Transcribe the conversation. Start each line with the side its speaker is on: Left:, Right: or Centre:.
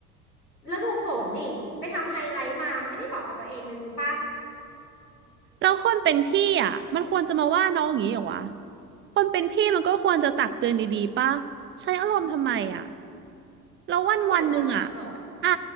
Left: แล้วดูผมดิ ไปทำไฮไลท์มา มันไม่ได้เหมาะกับตัวเองเลยรู้ปะ
Right: แล้วคนเป็นพี่อ่ะ มันควรจะมาว่าน้องอย่างนี้เหรอวะคนเป็นพี่มันก็ควรจะตักเตือนดีๆป่ะใช้อารมณ์ทำไมอ่ะ แล้ววันวันหนึ่งอ่ะ
Left: แกว่าฉันก่อน
Right: อ่ะ